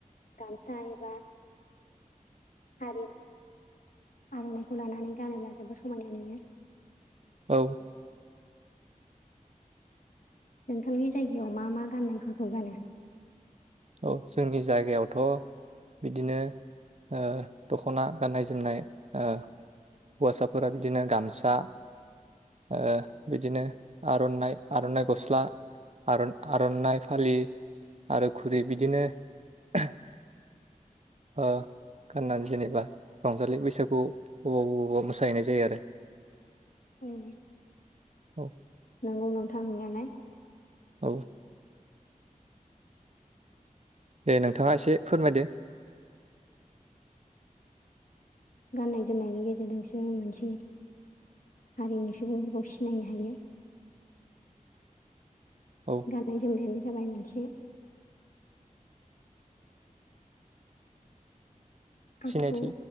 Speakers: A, on the left; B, on the right.
A: गामसा एबा हारिनि आर'नाइखौ लानानै गानोब्ला जोबोद समायनाय नुयो।
B: औ।
A: नोंथांनि जायगायाव मा मा गाननायफोरखौ गानो?
B: औ जोंनि जायगायावथ' बिदिनो ओ दख'ना गाननाय जोमनाय ओ हौवासाफोरा बिदिनो गामसा ओ बिदिनो आर'नाइ आर'नाइ गस्ला आर'नाइ फालि आरो खुरै बिदिनो अ गाननानै जेनेबा रंजालि बैसागु अबाव अबावबा मोसाहैनाय जायो आरो
A: औ
B: औ
A: नंगौ नोंथांनियालाय
B: औ दे नोंथाङा एसे फोरमायदो
A: गाननाय जोमनायनि गेजेरजोंसो मोनसे हारिनि सुबुंफोरखौ सिनायनो हायो
B: <inaudible> औ
A: गाननाय जोमनायानो जाबाय मोनसे आखु
B: सिनायथि